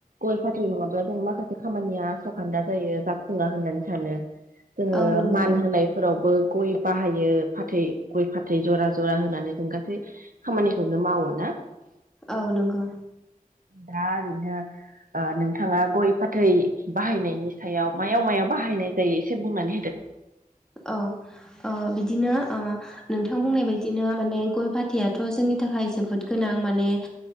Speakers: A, on the right; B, in the centre.
A: गय फाथ थै नङाब्ला जों माखासे खामानिया आसखान्दा जायो जाफ खोङा होननानै सानो ओ
B: औ नंगौ
A: मान होनायफोरावबो गय बाहायो फाथै गय फाथै जरा जरा होनानै जों गासै खामानिखौनो मावो ना?
B: औ नंगौ।
A: दा ओरैनो ओ नोंथाङा गय फाथै बाहायनायनि सायाव मायाव मायाव बाहायनाय जायो एसे बुंनानै होदो।
B: औ ओ बिदिनो ओ नोंथां बुंनाय बायदिनो माने गय फाथैयाथ' जोंनि थाखाय जोबोद गोनां माने